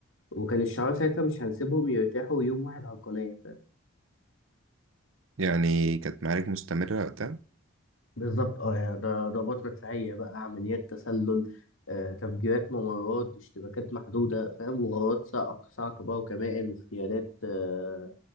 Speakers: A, on the left; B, on the right.
A: وكان الشعار ساعتها مش هنسيبهم يرتاحوا يوم واحد على القناه
B: يعني كانت معارك مستمرة وقتها؟
A: بالظبط اه يعني ده ضربات مدفعية بقى عمليات تسلل آه، تفجيرات ممرات اشتباكات محدودة فاهم وغارات صاع صاع كبار وكمائن واغتيالات آه،